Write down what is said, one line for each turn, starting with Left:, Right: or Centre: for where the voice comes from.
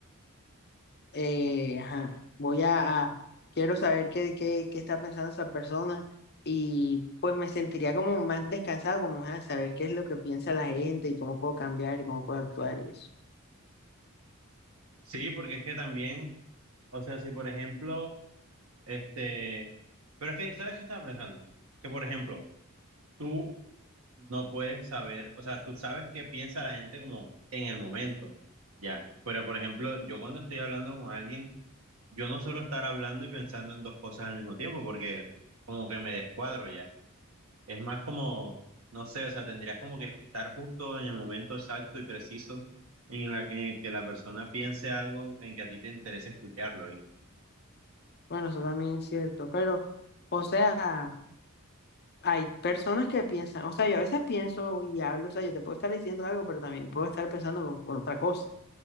Left: eh, ajá, voy a, a- quiero saber qué, qué, qué está pensando esa persona y pues me sentiría como más descansado, como, ajá, saber qué es lo que piensa la gente y cómo puedo cambiar y cómo puedo actuar y eso.
Right: Sí, porque es que también O sea, si por ejemplo, este, pero es que, ¿sabes qué estaba pensando? Que por ejemplo, tú no puedes saber, o sea, tú sabes qué piensa la gente como en el momento, ya. Pero por ejemplo, yo cuando estoy hablando con alguien, yo no suelo estar hablando y pensando en dos cosas al mismo tiempo, porque como que me descuadro ya. Es más como, no sé, o sea, tendrías como que estar justo en el momento exacto y preciso en la, en el que la persona piense algo en que a ti te interesa escucharlo.
Left: Bueno, eso también es cierto, pero, o sea... hay personas que piensan, o sea, yo a veces pienso y hablo, o sea, yo te puedo estar diciendo algo, pero también puedo estar pensando con otra cosa,